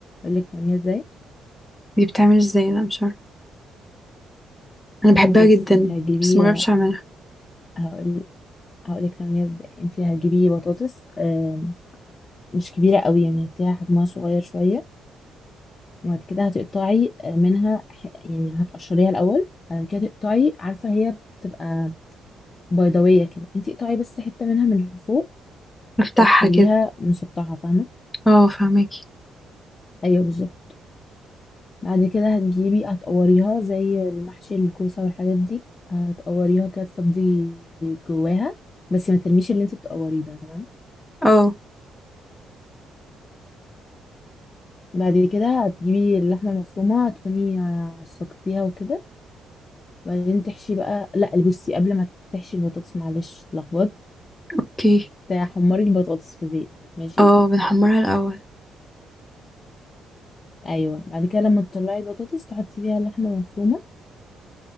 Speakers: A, on the left; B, on the left.
A: اقول لك تعمليها ازاي
B: دي بتعمل ازاي انا مش عارفه انا بحبها
A: بصي
B: جدا
A: انت هتجيبي
B: بس ما جربتش
A: آه،
B: اعملها
A: هقول هقول لك تعمليها ازاي انت هتجيبي بطاطس آم، مش كبيره قوي يعني هتلاقيها حجمها صغير شويه وبعد كده هتقطعي آه، منها ح- يعني هتقشريها الاول بعد كده تقطعي عارفه هي بتبقى بيضاويه كده انت اقطعي بس حته منها من فوق
B: بفتحها
A: فتخليها
B: كده
A: مسطحه فاهمه
B: اه فهماكي
A: ايوه بالظبط بعد كده هتجيبي هتقوريها زي المحشي الكوسه والحاجات دي هتقوريها كده تفضي جواها بس ما ترميش اللي انت بتقوريه ده تمام
B: اه
A: بعد كده هتجيبي اللحمة المفرومة تكوني آه، عصقتيها وكده بعدين تحشي بقى لا بصي قبل ما تحشي البطاطس معلش اتلخبطت
B: اوكي
A: هتحمري البطاطس في زيت ماشي
B: اه بنحمرها الاول
A: ايوه بعد كده لما تطلعي البطاطس تحطي فيها اللحمة المفرومة